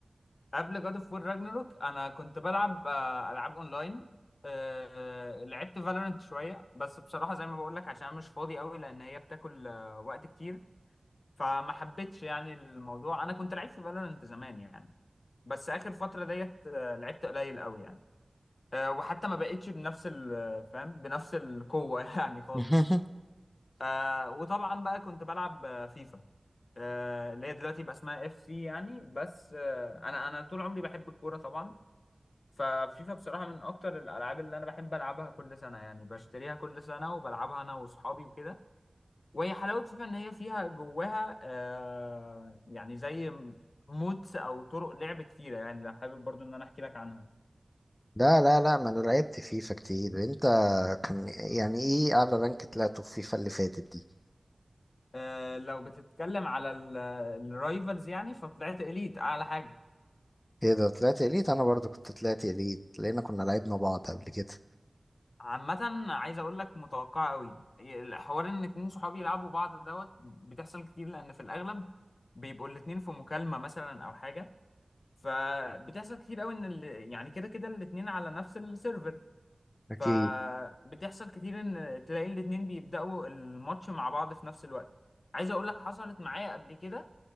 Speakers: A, on the left (about 75°); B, on the left (about 25°).
A: قبل جاد اوف وور راجناروك انا كنت بلعب آه، العاب اونلاين آه، آه، لعبت فالورنت شوية بس بصراحة زي ما بقول لك عشان انا مش فاضي قوي لان هي بتاكل آه، وقت كتير فما حبيتش يعني الموضوع انا كنت لعيب في فالورانت زمان يعني بس اخر فتره ديت آه، لعبت قليل قوي يعني آه، وحتى ما بقتش بنفس ال- آه، فاهم بنفس القوه <laughs> يعني خالص
B: <laughs>
A: آه، وطبعا بقى كنت بلعب آه، فيفا آه، اللي هي دلوقتي بقى اسمها اف سي يعني بس آه، انا انا طول عمري بحب الكوره طبعا ففيفا بصراحه من اكتر الالعاب اللي انا بحب العبها كل سنه يعني بشتريها كل سنه وبلعبها انا واصحابي وكده وهي حلاوة فيفا إن هي فيها جواها آه يعني زي مودز أو طرق لعب كتيرة يعني لو حابب برضو إن أنا أحكي لك عنها
B: لا لا لا ما انا لعبت فيفا كتير انت كان يعني ايه اعلى رانك طلعته في فيفا اللي فاتت دي
A: آه لو بتتكلم على ال- الرايفلز يعني فطلعت إليت أعلى حاجة
B: ايه ده طلعت اليت انا برضو كنت طلعت اليت لان كنا لعبنا بعض قبل كده
A: عامة عايز أقول لك متوقعة أوي الحوار إن اتنين صحابي يلعبوا بعض دوت بتحصل كتير لأن في الأغلب بيبقوا الاتنين في مكالمة مثلا أو حاجة فبتحصل كتير أوي إن ال- يعني كده كده الاتنين على نفس السيرفر
B: اكيد
A: فبتحصل كتير ان تلاقي الاتنين بيبدأوا الماتش مع بعض في نفس الوقت عايز اقول لك حصلت معايا قبل كده